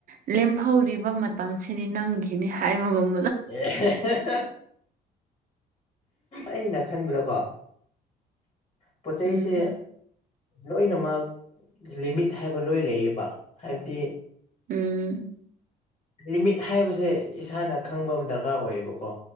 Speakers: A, on the right; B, on the left.
A: ꯂꯦꯝꯍꯧꯔꯤꯕ ꯃꯇꯝꯁꯤꯗꯤ ꯅꯪꯒꯤꯅꯤ ꯍꯥꯏꯕꯒꯨꯝ
B: ꯑꯦ ꯑꯩꯅ ꯈꯟꯕꯗꯀꯣ ꯄꯣꯠ ꯆꯩꯁꯦ
A: ꯎꯝ
B: ꯂꯣꯏꯅꯃꯛ ꯂꯤꯃꯤꯠ ꯍꯥꯏꯕ ꯂꯣꯏ ꯂꯩꯌꯦꯕ ꯍꯥꯏꯕꯗꯤ
A: ꯎꯝ
B: ꯂꯤꯃꯤꯠ ꯍꯥꯏꯕꯁꯦ ꯏꯁꯥꯅ ꯈꯪꯕ ꯑꯃ ꯗꯔꯀꯥꯔ ꯑꯣꯏꯌꯦꯕꯀꯣ